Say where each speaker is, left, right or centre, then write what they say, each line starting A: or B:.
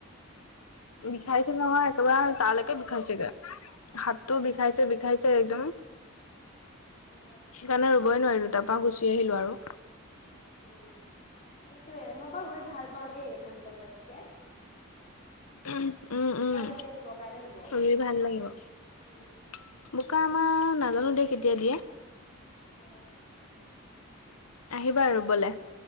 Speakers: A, on the left (about 35°); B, on the left (about 85°).
A: <inaudible>
B: বিষাইছে
A: অ',
B: নহয় একেবাৰে, তালৈকে বিষাইছেগে। হাতটো
A: অ',
B: বিষাইছে,
A: সেইটো
B: বিষাইছে একদম,
A: তাকে
B: সেইকাৰণে ৰবই নোৱাৰিলো। তাৰপা গুচি আহিলোঁ আৰু।
A: উম, সেইটোয়ে, মই বাৰু ৰুই ভাল পাওঁ দেই ধান কটাতকে।
B: উম, উম,
A: বোকা কেতিয়া দিব কাইলে দিব?
B: ৰুই ভাল লাগিব।
A: উম।
B: বোকা আমাৰ, নাজানো দে কেতিয়া দিয়ে।
A: অ'।
B: আহিবা ৰুবলে।